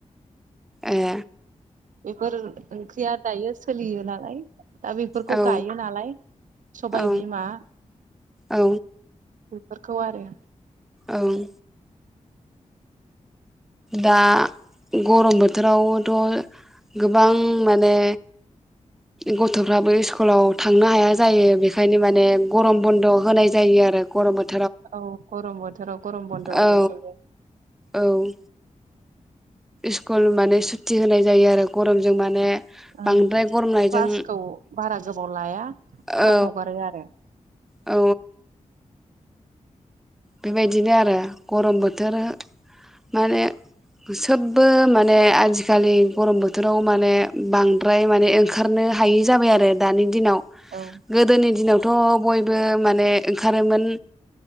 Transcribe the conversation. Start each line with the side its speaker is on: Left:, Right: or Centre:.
Centre: ए
Right: बेफोर ओंख्रिया दायो सोलियो नालाय दा बेफोरखौ
Centre: औ
Right: गायो नालाय सबाय
Centre: औ
Right: बिमा
Centre: औ
Right: बेफोरखौ आरो
Centre: ओम दा गरम बोथोरावथ' गोबां माने गथ'फ्राबो इस्कुलाव थांनो हाया जायो बेखायनो माने गरम बन्द' होनाय जायो आरो गरम बोथ
Right: औ गरम बोथोराव गरम बन्द'
Centre: औ
Right: होनायसैबो
Centre: औ स्कुल माने सुतटि होनाय जायो आरो गरमजों माने
Right: ओ
Centre: बांद्राय गरमनायजों
Right: क्लासखौ बारा गोबाव लाया
Centre: औ
Right: थाब हगारो आरो
Centre: औ बेबायदिनो आरो गरम बोथोर माने सोबबो माने आजिखालि गरम बोथोराव माने बांद्राय माने ओंखारनो हायि जाबाय आरो दानि दिनाव।
Right: औ
Centre: गोदोनि दिनाव थ' बयबो माने ओंखारोमोन।